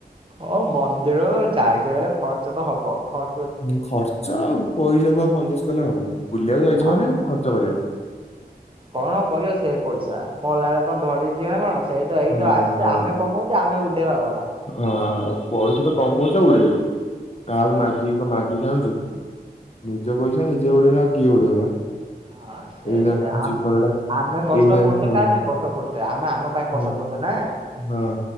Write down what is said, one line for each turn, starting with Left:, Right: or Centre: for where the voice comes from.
Right: ଓ ମନ୍ଦିର ଯାଇଚ ବେଇଲେ ଖର୍ଚ୍ଚ ତ ହବ ଖ
Left: ହୁଁ ଖର୍ଚ୍ଚ ଆଉ ପଇସା କ ଆଉ କନଜୁସ କଲେ ହବନି ବୁଲିବାକୁ ଯାଇଚ
Right: ହଁ।
Left: ମାନେ ଖର୍ଚ୍ଚ କରିବ।
Right: କଣ କରିବ ସେଇ ପଇସା? ମଲା ବେଳେ କଣ ଧରିକି ଜିଅ ନା କଣ ସେଇ ତ ଏଇତ
Left: ହଁ
Right: ଆସିଚେ
Left: ହଁ
Right: ଆମେ କମଉଚେ ଆମେ ଉଡେଇବା ଗଲା।
Left: ହଁ ପଇସା ତ କମଉଚ ଉଡେଇବ କାହାକୁ
Right: ହଁ
Left: ମାଗି ତ ମାଗିକି ଆଣୁଚ କି ନିଜ ପଇସା ନିଜେ ଉଡେଇନି ଆଉ କିଏ ଉଡେଇବ ବା।
Right: ହଁ ସେଇ
Left: ଏଇନା
Right: ଆମେ
Left: ଜୀବନ ଟା
Right: ଆମେ କଷ୍ଟ
Left: ଏଇନା
Right: ପଡୁଚେ
Left: ହଁ।
Right: <unintelligible> ଆମେ ଆମ ପାଇଁ
Left: ହଁ
Right: କଷ୍ଟ କରୁଚେ ନା
Left: ହଁ